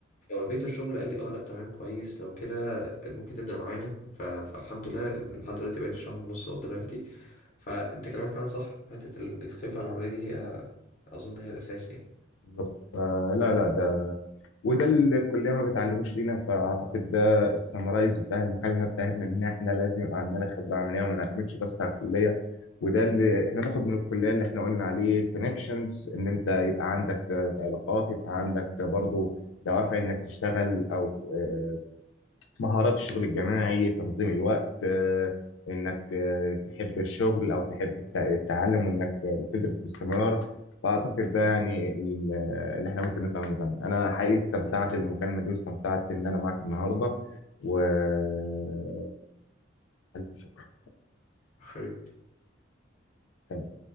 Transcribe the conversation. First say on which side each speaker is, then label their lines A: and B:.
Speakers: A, on the left (about 40°); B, on the left (about 80°).
A: فوريته الشغل قال لي اه لا تمام كويس لو كده ممكن تبدا معانا ف... فالحمد لله لحد دلوقتي بقالي شهر ونص اهو دلوقتي فانت كلامك فعلا صح حته ال- الخبره العمليه دي آه، اظن هي الاساس يعني
B: بالظبط فلا لا ده وده اللي الكليه ما بتعلموش لينا فاعتقد ده السمرايز بتاع المكالمه بتاعتنا ان احنا لازم يبقى عندنا خبره عمليه وما نعتمدش بس على الكليه وده اللي احنا ناخد من الكليه اللي احنا قلنا عليه كونكشنز ان انت يبقى عندك آه، علاقات يبقى عندك برضو دوافع انك تشتغل او آه، مهارات الشغل الجماعي تنظيم الوقت آه، انك آه، تحب الشغل او تحب الت- التعلم وانك آه، تدرس باستمرار فاعتقد ده يعني ال- اللي احنا ممكن نفهمه منه انا حقيقي استمتعت
A: صحيح
B: بالمكالمة دي واستمتعت ان انا معاك النهاردة والف شكر
A: حلو
B: سلام